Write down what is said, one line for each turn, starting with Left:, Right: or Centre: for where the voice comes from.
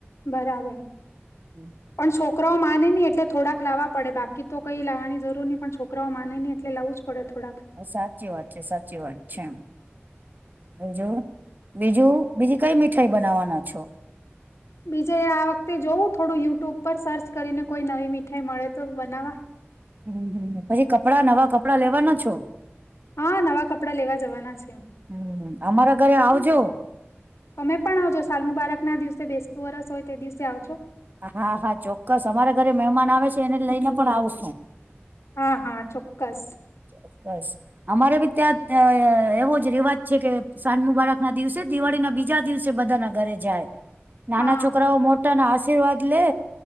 Left: બરાબર.
Right: હમ.
Left: પણ છોકરાઓ માને નહી એટલે થોડાક લાવવા પડે બાકી તો કઈ લાવવાની જરૂર નહી પણ છોકરાઓ માને નહી એટલે લાવું. પડે થોડા.
Right: સાચી વાત છે સાચી વાત છે એમ. બીજું બીજું બીજી કઈ મીઠાઈ બનાવવાના છો.
Left: બીજે આ વખતે જોવું થોડું યુટ્યુબ પર સર્ચ કરીને કોઈ નવી મીઠાઈ મળે તો બનાવા.
Right: હમ પછી કપડા નવા કપડાં લેવાના છો.
Left: હા નવા કપડાં લેવા જવાના છે
Right: હમ અમારા ઘરે આવજો.
Left: તમે પણ આવજો સાલમું બાળકના દિવસે બેસતું વરસ હોય તે દિવસે આવજો.
Right: હા હા ચોક્કસ અમારા ઘરે મહેમાન આવે છે એને લઈને પણ આવશું.
Left: હા હા ચોક્કસ.
Right: ઓફકોસ. અમારે બી ત્યાં એવોજ રિવાજ છે કે સાંજ મુબારાકના દિવસે દિવાળીના બીજા દિવસે બધાના. ઘરે જાય નાના
Left: હા
Right: છોકરાઓ મોટાના આશીર્વાદ લે